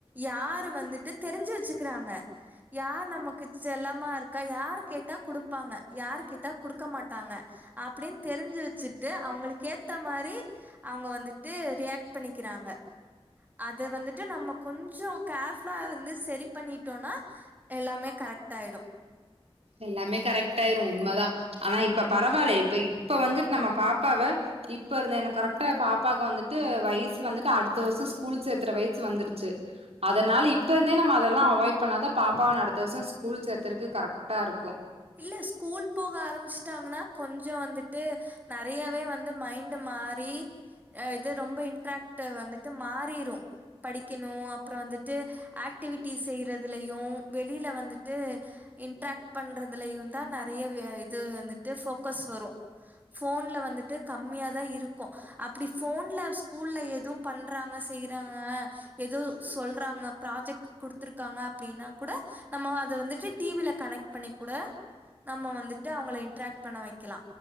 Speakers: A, on the right (about 15°); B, on the right (about 80°).
A: யாரு வந்துட்டு தெரிஞ்சி வச்சுக்குறாங்க யார் நமக்கு செல்லமா இருக்கா யாரு கேட்டா குடுப்பாங்க யார் கேட்டா குடுக்க மாட்டாங்க அப்டின் தெரிஞ்சி வச்சிட்டு அவுங்களுக்கு ஏத்த மாரி அவுங்க வந்து ரியாட் பண்ணிக்கிறாங்க அத வந்திட்டு நம்ம கொஞ்சோ கேர்ஃபுல்லா இருந்து செரி பண்ணிட்டோனா எல்லாமே கரெக்ட்டாயிடோ
B: எல்லாமே கரெக்ட் ஆயிரோ உண்மதா ஆனா இப்ப பரவாயில்ல இப்ப இப்ப வந்துட்டு நம்ம பாப்பாவ இப்ப இருந்து எனக்கு கரெக்டா பாப்பாவுக்கு வந்துட்டு வயசு வந்துட்டு அடுத்த வருஷ் ஸ்கூல் சேர்த்துற வயசு வந்துருச்சு அதனால இப்ப இருந்தே நம்ம அதெல்லா அவாய்ட் பண்ணாதா பாப்பாவனு அடுத்த வருஷம் ஸ்கூல் சேர்த்தறக்கு கரெக் கரெக்டா இருக்கோ
A: இல்ல ஸ்கூல் போக ஆரம்பிச்சிட்டாங்கன்னா கொஞ்சோ வந்துட்டு நறையாவே வந்து மைண்ட் மாறி இது ரொம்ப இன்ட்ராக்ட வந்துட்டு மாறிரோ படிக்கணோ அப்ரோ வந்துட்டு ஆக்டிவிட்டி செய்றது இதுலயோ வெளியில வந்துட்டு இன்டரக் பண்றது இதுலயுதா நறைய இது வந்துட்டு போக்கஸ் வரோ போன்ல வந்துட்டு கம்மியா தா இருக்கோ அப்டி போன்ல ஸ்கூல்ல எதவு பண்றாங்க செய்யறாங்க எதோ சொல்றாங்க ப்ராஜெக்ட் குடுத்துருக்காங்க அப்டின்னா கூட நம்ம அத வந்துட்டு டிவில கனெக்ட் பண்ணி கூட நம்ம வந்துட்டு அவங்கள இன்ட்ராக்ட் பண்ண வைக்கலா